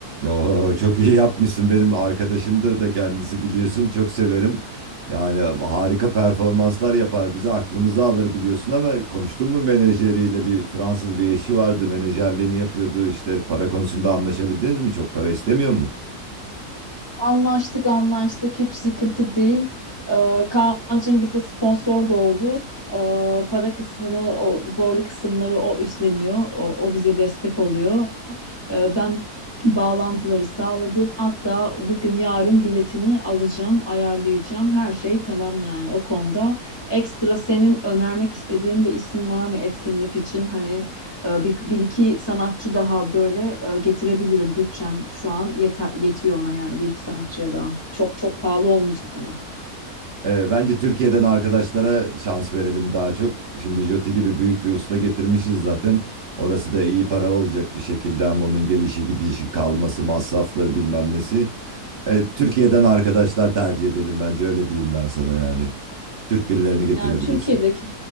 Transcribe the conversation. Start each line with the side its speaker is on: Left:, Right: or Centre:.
Right: Oo, çok iyi yapmışsın. Benim arkadaşımdır da kendisi biliyorsun. Çok severim. Yani harika performanslar yapar. Bizi aklımızı alır biliyorsun ama konuştun mu menajeriyle? Bir Fransız bir eşi vardı. Menajerliğini yapıyordu. işte para konusunda anlaşabildiniz mi? Çok para istemiyor mu?
Left: Anlaştık anlaştık hiç sıkıntı değil. Ee, Kaan'cığım bize sponsor da oldu. Ee, para kısmını o zorlu kısımları o üstleniyor. O, o bize destek oluyor. E, ben bağlantıları sağladım. Hatta bugün yarın biletini alacağım, ayarlayacağım. Her şey tamam yani o konuda. Ekstra senin önermek istediğin bir isim var mı etkinlik için? Hani e, bir, bir iki sanatçı daha böyle e, getirebilirim. Bütçem şu an yeter, yetiyor ona yani bir iki sanatçıya daha. Çok çok pahalı olmayacak ama.
Right: Ee, bence Türkiye'den arkadaşlara şans verelim daha çok. Şimdi Joti gibi büyük bir usta getirmişiz zaten. Orası da iyi para olacak bir şekilde ama onun gelişi gidişi kalması masrafları bilmem nesi. Ee, Türkiye'den arkadaşlar tercih edelim bence öyle diyeyim ben sana yani. Türk birilerini getirebilirsin.
Left: Yani Türkiye'deki